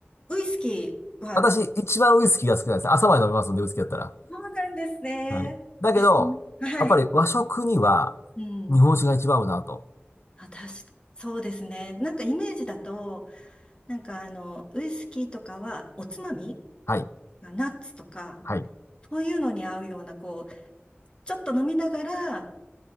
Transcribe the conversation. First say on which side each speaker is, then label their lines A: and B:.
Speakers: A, on the left; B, on the left.
A: ウイスキーは、
B: 私、一番ウイスキーが好きなんです。朝まで飲みますんで、ウイスキーだったら。
A: そうなんですね。
B: はい。だけど、
A: 私もはい。
B: やっぱり和食には
A: うん。
B: 日本酒が一番合うなと。
A: あ、確か、そうですね。なんかイメージだと、なんかあの、ウイスキーとかはおつまみ
B: はい。
A: ナッツとか、
B: はい。
A: そういうのに合うような、こう、ちょっと飲みながら